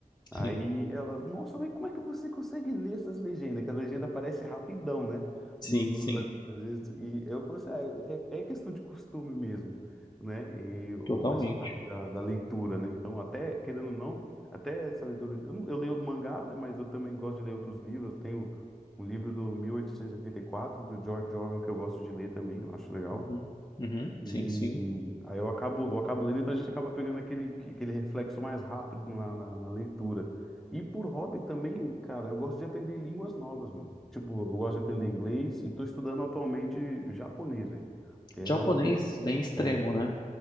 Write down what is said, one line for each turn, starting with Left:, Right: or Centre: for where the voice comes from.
Centre: Aí
Left: Sim,
Centre: ela, nossa, mas como é que você consegue ler essas legendas? Que as legendas aparecem rapidão, né?
Left: sim,
Centre: No- Nos
Left: sim,
Centre: animes, às vezes. E eu falei assim, ah, é, é é questão de costume mesmo, né? E o-
Left: totalmente.
Centre: essa parte da, da leitura, né? Então, até, querendo ou não, até essa leitura. Eu, não- eu leio mangá, né? Mas eu também gosto de ler outros livros. Tenho um livro do mil oitocentos e e oitenta e quatro do George Orwell, que eu gosto de ler também, eu acho legal.
Left: Uhum, uhum,
Centre: E
Left: sim, sim.
Centre: aí eu acabo, eu acabo lendo, então a gente acaba pegando aquele, aquele reflexo mais rápido na, na, na leitura. E por hobby também, cara, eu gosto de aprender línguas novas, mano. Tipo, eu gosto de aprender inglês e tô estudando atualmente japonês, velho. Que é
Left: Japonês
Centre: algo.
Left: bem extremo,
Centre: É.
Left: né?